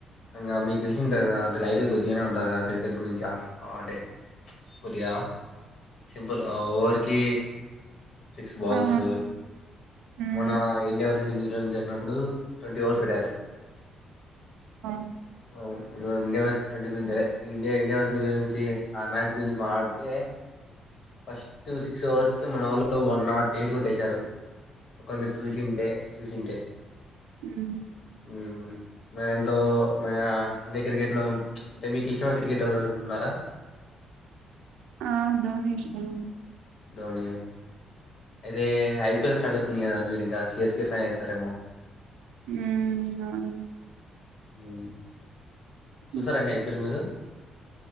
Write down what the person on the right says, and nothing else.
ఆ ఉమ్
ఆ
హమ్
ఆ ధోనీ ఇష్టం
ఉ అవును
హ్మ్.